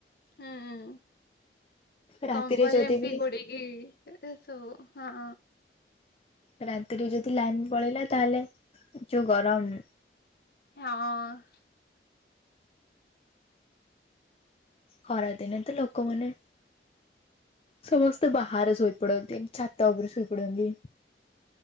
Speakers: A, on the left (about 60°); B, on the left (about 35°).
A: ହୁଁ
B: ରାତିରେ
A: କମ୍ବଲ
B: ଯଦି
A: ଏମିତି
B: ବି
A: ଘୋଡେଇ କି ଇ ଶୋଉ ହଁ।
B: ରାତିରେ ଯଦି ଲାଇନ ପଳେଇଲା ତାହେଲେ ଯୋଉ ଗରମ।
A: ହଁ।
B: ଖରାଦିନେ ତ ଲୋକମାନେ ସମସ୍ ସ୍ତେ ବାହାରେ ଶୋଇପଡନ୍ତି ଏମତି ଛାତ ଉପରେ ଶୋଇପଡନ୍ତି।